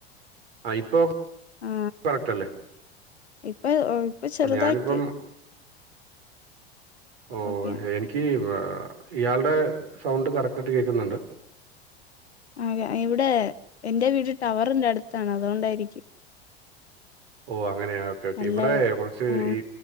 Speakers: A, on the right; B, on the left.
A: ആ ഇപ്പൊ
B: ആ
A: കറക്റ്റ്ല്ലേ
B: ഇപ്പൊ ഇപ്പൊ ചെറുതായിട്ട്
A: ഞാനിപ്പം ഓ
B: ഓക്കെയാണ്
A: എനിക്കി ഇയാൾടെ സൗണ്ട് കറക്റ്റ് ആയിട്ട് കേക്കുന്നുണ്ട്
B: അ ഇവിടെ എന്റെ വീട്ടില് ടവറിന്റെ അടുത്താന് അതുകൊണ്ടായിരിക്കും
A: ഓ അങ്ങനെയ ഓക്കെ ഓക്കെ
B: നല്ല
A: ഇവിടെ കുറച്ച്
B: ആ
A: ഈ